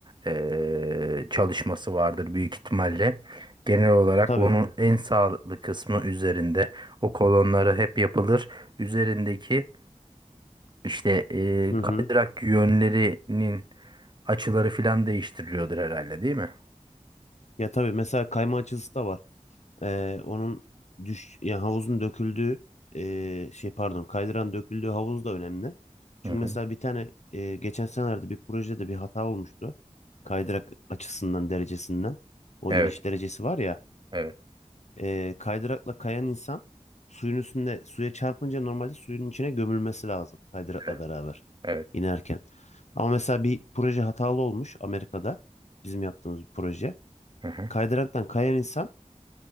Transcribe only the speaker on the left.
tabii.
Hı
hı.
Ya tabii mesela kayma açısı da var. Ee, onun düş ya havuzun döküldüğü ee, şey pardon kaydıran döküldüğü havuz da önemli. Çünkü
mesela bir tane ee, geçen senelerde bir projede bir hata olmuştu. Kaydırak açısından derecesinden o
iniş derecesi var ya.
e, kaydırakla kayan insan suyun üstünde suya çarpınca normalde suyun içine gömülmesi lazım kaydırakla
beraber
inerken. Ama mesela bir proje hatalı olmuş Amerika'da bizim yaptığımız bir proje.
Kaydıraktan kayan insan